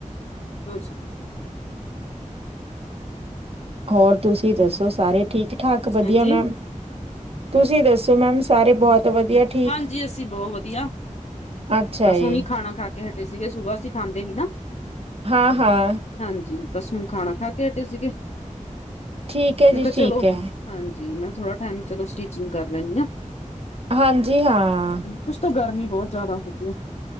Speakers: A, on the left (about 55°); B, on the right (about 50°).
A: ਹਾਂਜੀ,
B: ਹੋਰ ਤੁਸੀਂ ਦੱਸੋ ਸਾਰੇ ਠੀਕ ਠਾਕ ਵਧੀਆ
A: ਹਾਂਜੀ
B: ਮੈਮ? ਤੁਸੀਂ ਦੱਸੋ ਮੈਮ ਸਾਰੇ ਬਹੁਤ ਵਧੀਆ ਠੀਕ
A: ਹਾਂਜੀ ਅਸੀਂ ਬਹੁਤ ਵਧੀਆ,
B: ਅੱਛਾ
A: ਬਸ
B: ਜੀ
A: ਹੁਣੀ ਖਾਣਾ ਖਾ ਕੇ ਹਟੇ ਸੀਗੇ ਸੁਬਹ ਅਸੀਂ ਖਾਂਦੇ ਨੀ ਨਾ।
B: ਹਾਂ-ਹਾਂ,
A: ਹਾਂਜੀ ਬਸ ਹੁਣ ਖਾਣਾ ਖਾ ਕੇ ਹਟੇ ਸੀਗੇ,
B: ਠੀਕ ਹੈ ਜੀ
A: ਮੈਂ ਕਿਹਾ
B: ਠੀਕ
A: ਚਲੋ
B: ਹੈ
A: ਹਾਂਜੀ ਮੈਂ ਥੋੜ੍ਹਾ ਟਾਈਮ ਚਲੋ ਸਟੀਚਿੰਗ ਕਰ ਲੈਂਨੀ ਆਂ।
B: ਹਾਂਜੀ ਹਾਂ।
A: ਕੁੱਛ ਤਾਂ ਗਰਮੀ ਬਹੁਤ ਜਿਆਦਾ ਹੁੰਦੀ ਐ।